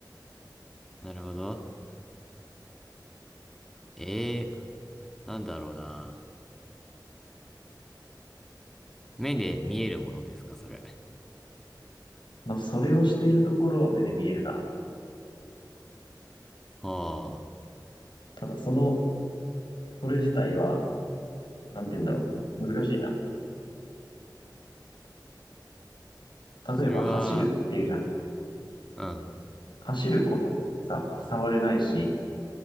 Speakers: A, in the centre; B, on the left.
A: なるほど。ええーなんだろうな。目で見えるものですか、それ。
B: まあ、それをしてるところは目で見えるかな。
A: はあ。
B: ただ、その、それ自体は、なんて言うんだろう。難しいな。
A: それは、
B: 例えば、走るっていうじゃん。
A: うん。
B: 走ることってさ、触れないし、